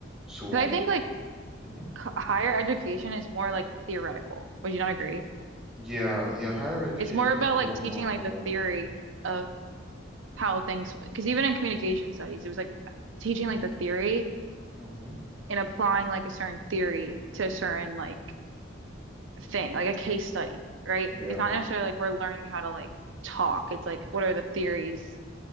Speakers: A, in the centre; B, on the right.
A: So,
B: Because I think like
A: mhm.
B: c higher education is more like theoretical. Would you not agree?
A: Yeah, yeah, higher education
B: It's more about
A: is a lot
B: like teaching
A: more
B: like
A: theoretical.
B: the theory of how things, because even in communication studies, it was like teaching like the theory
A: Mm-hmm.
B: and applying like a certain theory to a certain like thing, like a case study, right?
A: Yeah,
B: It's not necessarily like we're learning how to like talk. It's like, what are the theories?